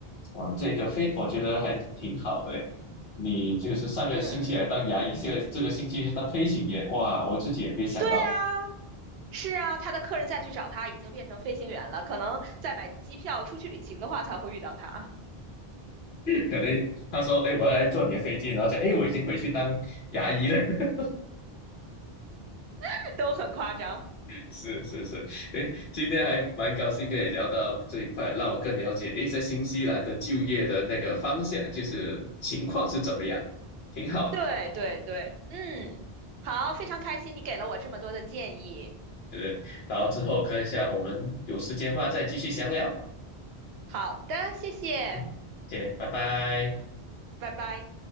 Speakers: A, on the left; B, on the right.
A: 哇，这个非我觉得还挺好的。你就是上个星期还当牙医，
B: 嗯，
A: 现在这个星期是当飞行员，哇，我自己也没想到。
B: 对啊，是啊，他的客人再去找他已经变成飞行员了，可能在买机票出去旅行的话才会遇到他，
A: 可能他说，哎，我要来坐你的飞机，然后讲，哎，我已经回去当牙医了。<laughs>
B: <laughs> 都很夸张。
A: 是是是，哎，今天还蛮高兴跟你聊到这一块，让我更了解，哎，在新西兰的就业的那个方向，就是情况是怎么样，挺好。
B: 对对对，嗯，好，非常开心你给了我这么多的建议。
A: 对。然后之后看一下，我们有时间的话再继续详聊。
B: 好的，谢谢，
A: 嗯，谢谢，拜拜。
B: 拜拜。